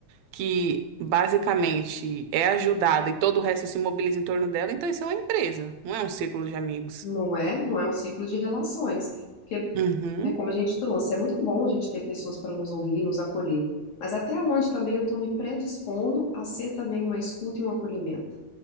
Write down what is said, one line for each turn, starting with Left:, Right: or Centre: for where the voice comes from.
Right: que basicamente é ajudada e todo o resto se mobiliza em torno dela, então isso é uma empresa, não é um círculo de amigos.
Left: Não é? Não é um ciclo de relações. Porque,
Right: Uhum,
Left: né, como a gente trouxe, é muito bom a gente ter pessoas para nos ouvir, nos acolher. Mas até onde também eu estou me predispondo a ser também uma escuta e um acolhimento.